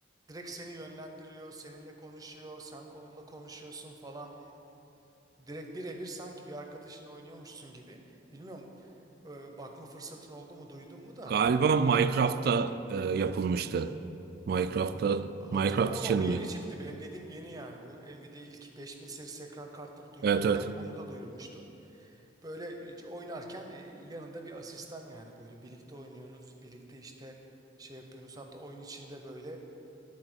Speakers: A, on the right; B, on the right.
A: Direkt seni yönlendiriyor, seninle konuşuyor, sen onunla konuşuyorsun falan. Direkt birebir sanki bir arkadaşın oynuyormuşsun gibi. Bilmiyorum e, bakma fırsatın oldu mu, duydun mu da.
B: Galiba Minecraft'ta e, yapılmıştı. Minecraft'ta
A: Hatırlamıyorum
B: Minecraft için
A: ama o yeni
B: mi?
A: çıktı. Benim dediğim yeni yani. Bu Nvidia ilk 5000 serisi ekran kartları duyururken
B: Evet evet.
A: onu da duyurmuştu. Böyle oynarken e, yanında bir asistan yani. Böyle birlikte oynuyorsunuz, birlikte işte şey yapıyorsunuz. Hatta oyun içinde böyle